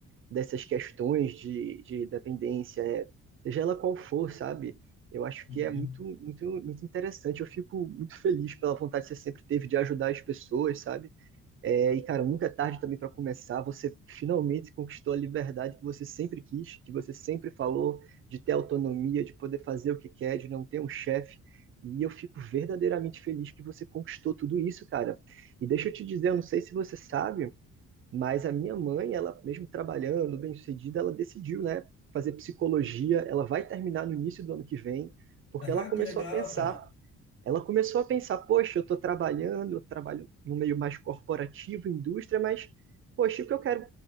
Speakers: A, on the right; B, on the left.
A: dessas questões de, de dependência, é, seja ela qual for, sabe? Eu acho
B: Uhum.
A: que é muito, muito,
B: <laughs>
A: muito interessante. Eu fico muito feliz pela vontade que você sempre teve de ajudar as pessoas, sabe? É, e, cara, nunca é tarde também para começar. Você finalmente conquistou a liberdade que você sempre quis, que você sempre falou, de ter autonomia, de poder fazer o que quer, de não ter um chefe. E eu fico verdadeiramente feliz que você conquistou tudo isso, cara. E deixa eu te dizer, eu não sei se você sabe, mas a minha mãe, ela mesmo trabalhando, bem-sucedida, ela decidiu, né, fazer psicologia. Ela vai terminar no início do ano que vem, porque
B: Ah,
A: ela começou
B: que legal,
A: a pensar
B: cara!
A: ela começou a pensar, poxa, eu estou trabalhando, eu trabalho no meio mais corporativo, indústria, mas, poxa, o que eu quero